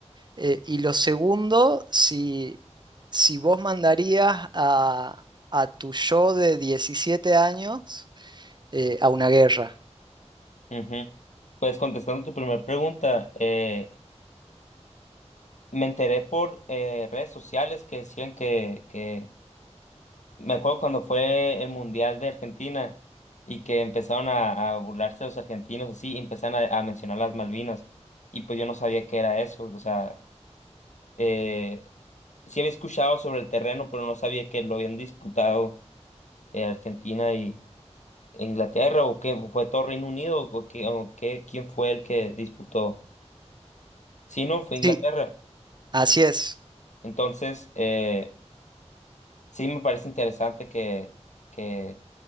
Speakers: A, on the right; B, on the left.
A: Eh, y lo segundo, si, si vos mandarías a, a tu yo de 17 años eh, a una guerra.
B: Ujú. Pues contestando tu primera pregunta, eh, me enteré por eh, redes sociales que decían que, que, me acuerdo cuando fue el Mundial de Argentina y que empezaron a, a burlarse de los argentinos, así, y empezaron a, a mencionar las Malvinas, y pues yo no sabía qué era eso, o sea, eh, sí había escuchado sobre el terreno, pero no sabía que lo habían disputado eh, Argentina ¿Inglaterra o qué? ¿Fue todo Reino Unido o qué, o qué- quién fue el que disputó? Sí, no, fue Inglaterra.
A: Sí, así es.
B: Entonces, eh, sí me parece interesante que, que